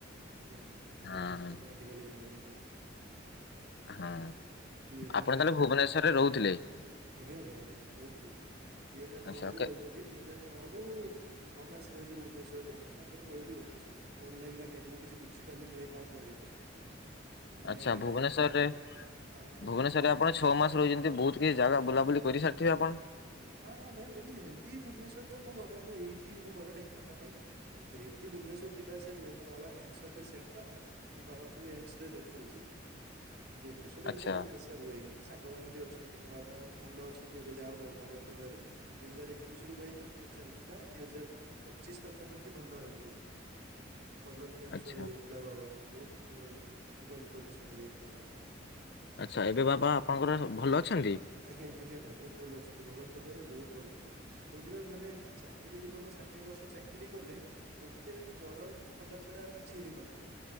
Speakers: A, on the right; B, on the left.
A: ଆଜ୍ଞା, ସେଇଠି
B: ହଁ
A: ଏରୋନାଟିକାଲ୍ ଇଞଜିନିୟରିଂ ବୁଲତିଲି
B: ହାଁ,
A: ହଜାର
B: ଆପଣ
A: ନଅରେ।
B: ତାହେଲେ ଭୁବନେଶ୍ୱରରେ ରହୁଥିଲେ?
A: ଆଜ୍ଞା ଭାଇ ଆଜ୍ଞା! ରହୁଥିଲି ଭାଇ, ଦି ହଜାର
B: ଆଚ୍ଛା
A: ନଅରେ
B: ଓକେ।
A: ରହୁଥିଲି। ଦି ହଜାର ନଅ ରୁ ଛଅ ମାସ ରହିଲି ଭୁବନେଶ୍ୱରରେ। ତା'ପରେ ପଳେଇଲିି ଭୁବନେଶ୍ଵର। ମୁଁ ଭଲ ଲାଗିଲାନି ଏଠି। ମୁଁ କିଛି ବୁଝିପାରିଲିନି ଭାଇ କଣ ପଢେଇଲେ? ମାନେ
B: ଆଚ୍ଛା, ଭୁବନେଶର୍
A: ଲା
B: ରେ
A: ହଁ କୁହନ୍ତୁ
B: ଭୁବନେଶ୍ୱର୍ ରେ ଆପଣ ଛଅ ମାସ ରହିଛନ୍ତି। ବହୁତ କିଛି ଜାଗା ବୁଲାବୁଲି କରିସାରିଥିବେ ଆପଣ?
A: ହଁ, ହଁ ଭାଇ ବୁଲିଛି। ହେମ୍ ତି ଭୁବନେଶ୍ୱର ତ ମୋ ଘରଠୁ ଏଇଠି। ମୋ ଘର ଢେ଼ଙ୍କାନାଳ ଭାଇ। ମୁଁ ହେମ୍ ତି ଭୁବନେଶ୍ଵର ଯିବାଆସିବା ରୁହେ। ମୋ ବାବା କ୍ୟାନସର ପେସେଣ୍ଟ ତ! ମୁଁ ବାବାଙ୍କୁ ଏମ୍ସ ରେ ଦେଖୋଉଚିବି ଭୁବନେଶ୍ଵ ଗୋଟେ
B: ଆଚ୍ଛା
A: ଏମିତି ଯିବା ଆସିବା ହୁଏ। ହି ସାଙ୍ଗମାନେ ବି ଅଛନ୍ତି। ମ ବାବା ଭଲ ଅଛନ୍ତି ଏବେ। ଯା ହଉ ଆଉ ଭଗବାନ ଙ୍କ ଦୟାରୁ। ଦି ହଜାର ଏକୋଇଶ ରୁ ଭାଇ ଟ୍ରିଟ୍ ମେଣ୍ଟ ଚାଲିଥିଲା। ଦିଇ ହଜାର ପଚିଶ ପାଖାପାଖି ଭଲ ହେଲେ, କଲନ୍ କ୍ୟାନ୍ସର
B: ଆଚ୍ଛା
A: ହେଇଯାଇଥିଲା ବାବାଙ୍କୁ, ବହୁତ୍ ଅଁ କ୍ରିଟିକାଲ୍ କଣ୍ଡିସନ୍ ହେଇଯାଇଥିଲା, ବାବାଙ୍କର।
B: ଆଛା, ଏବେ ବାବା ଆପଣଙ୍କର ଭଲ ଅଛନ୍ତି?
A: ଆଜ୍ଞା, ଆଜ୍ଞା, ଭାଇ ବହୁତ ଭଲ ଅଛନ୍ତି। ଭଗବାନଙ୍କ ଦୟାରୁ ବହୁତ ଭଲ ଅଛନ୍ତି। କହୁଚିପା, ମାନେ ଚାକିରି ଜୀବନ ଷାଠିଏ ବର୍ଷ ଚାକିରି କଲେ, ଗୋଟେ ଜର, ଥଣ୍ଡା ଛଡା ଆଉ କିଛି ହେଇନଥିବ।